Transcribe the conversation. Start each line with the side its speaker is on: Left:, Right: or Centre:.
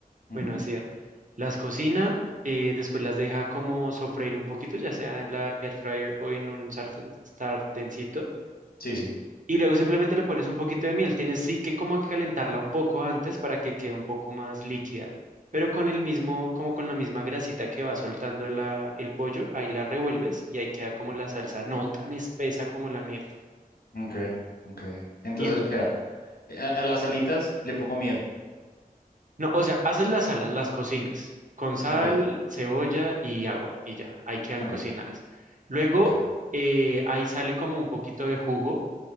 Left: Ujú.
Right: bueno, hacía, las cocina, eh, después las deja como sofreír un poquito, ya sea en la air fryer o en un sarten- sartencito,
Left: Sí, sí.
Right: y luego simplemente le pones un poquito de miel. Tienes sí que como que calentarla un poco antes para que quede un poco más líquida, pero con el mismo, como con la misma grasita que va soltando la- el pollo, ahí la revuelves y ahí queda como la salsa, no tan espesa como la miel.
Left: Ok, ok. Entonces,
Right: Y
Left: espera, eh, a, a las alitas le pongo miel.
Right: No, o sea, haces las alas, las cocinas, con sal,
Left: Ok,
Right: cebolla y agua, y ya, ahí quedan
Left: ok,
Right: cocinadas. Luego,
Left: ok.
Right: eh, ahí sale como un poquito de jugo